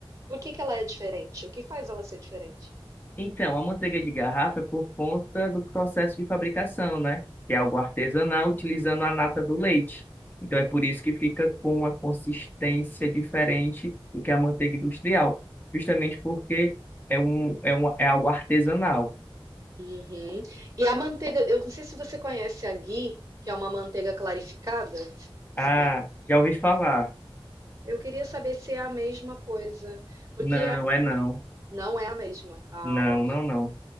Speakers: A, on the right; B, on the left.
A: Por que que ela é diferente? O que faz ela ser diferente?
B: Então, a manteiga de garrafa é por conta do processo de fabricação, né? Que é algo artesanal utilizando a nata do leite. Então, é por isso que fica com uma consistência diferente do que a manteiga industrial, justamente porque é um, é um, é algo artesanal.
A: Uhum. E a manteiga, eu não sei se você conhece a ghee, que é uma manteiga clarificada. Você
B: Ah,
A: conhece?
B: já ouvi falar.
A: Eu queria saber se é a mesma coisa, porque
B: Não,
A: a-
B: é não.
A: não é a mesma. Ah,
B: Não,
A: ok.
B: não, não.